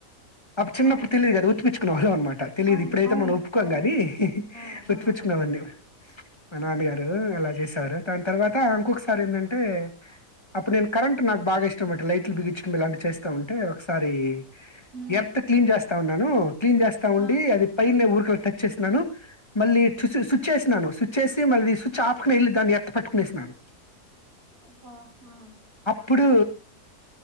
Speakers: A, on the left; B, on the right.
A: అప్పు చిన్నప్పు
B: ఆ
A: తెలియదు ఉత్పిచు న్డి <inaudible> తెలిదు
B: అవును
A: ఇప్పుడైతే
B: అవును
A: మనం ఒప్పుకోం
B: అవును
A: గాని
B: ఆ
A: ఒతిపచ్చుకున్నామన్నీ
B: ఆ ఆ
A: మా నాన్నగారూ అలా చేసారు దాని తర్వాత ఇంకొకసారి ఏందాంటె అప్పుడు నేను కరెంట్ నాకు బాగా ఇష్టం లైట్లు బిగించడంలాంటి చేస్తా ఉంటే ఒకసారి
B: ఉమ్
A: ఎర్త్ క్లీన్ జాస్తి తా ఉన్నాను క్లీన్ చేస్తా ఉండి
B: ఆ
A: అది పైన్నే ఉర్ టచ్ చేస్తున్నాను మళ్ళీ స్చ్ చేసునన్ను స్విచ్ చేసి మళ్ళీ చాపకునివెళ్ళి దాన్ని ఎత్త పట్టుకునేసాను
B: అబ్బా ఆ
A: ఇప్పుడు